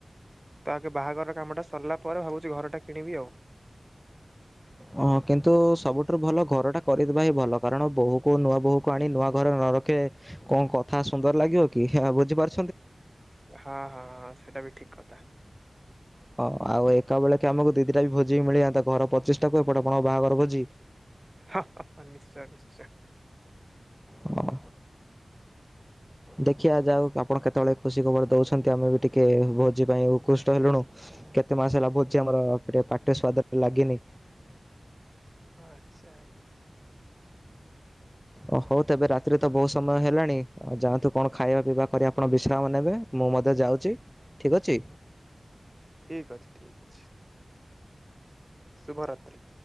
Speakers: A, on the right; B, in the centre.
A: ତ ଆଗେ ବାହାଘର କାମଟା ସରଲା ପରେ ଭାବୁଛି ଘରଟା କିଣିବି ଆଉ।
B: ହ କିନ୍ତୁ ସବୁଠାରୁ ଭଲ ଘରଟା କରିଦେବା ହିଁ ଭଲ। କାରଣ ବୋହୂକୁ ନୂଆ ବୋହୂକୁ ଆଣି ନୂଆ ଘରେ ନ ରଖିଲେ। କଣ କଥା ସୁନ୍ଦର ଲାଗିବ କି ହେ ବୁଝିପାର
A: ହଁ ହଁ ହଁ ସେଇଟା ବି ଠିକ କଥା।
B: ହଁ ଆଉ ଏକା ବେଳକ ଆମକୁ ଦି ଦିଟା ବି ଭୋଜି ମିଳିଯଆନ୍ତା। ଘର ପଚିଶଟାକୁ ଏପଟେ ଆପଣଙ୍କ ବାହାଘର ଭୋଜି।
A: ହା ହା ହା ନିଶ୍ଚୟ ନିଶ୍ଚୟ।
B: ହଁ ଦେଖିବା ଯା ହୋଉ ଆପଣ କେତୋବେଳେ ଖୁସି ଖବର ଦୋଉଛନ୍ତି ଆମେ ବି ଟିକେ ଭୋଜି ପାଇଁ ଉକୃଷ୍ଟ ହେଲୁଣୁ। କେତେ ମାସ ହେଲା ଭୋଜି ଆମର ପ୍ରେ ପାଟିରେ ସ୍ୱାଦଟା ଲଗିନି।
A: ଆଚ୍ଛା ଆଜ୍ଞା।
B: ଓ ହୋଉ ତେବେ ରାତିରେ ତ ବହୁତ ସମୟ ହେଲାଣି ଆଉ ଯାଆନ୍ତୁ କଣ ଖାଇବା ପିଇବା କରି ଆପଣ ବିଶ୍ରାମ ନେବେ। ମୁଁ ମଧ୍ୟ ଯାଉଛି ଠିକ୍ ଅଛି?
A: ଠିକ୍ ଅଛି ଠିକ୍ ଅଛି। ଶୁଭରାତ୍ରି।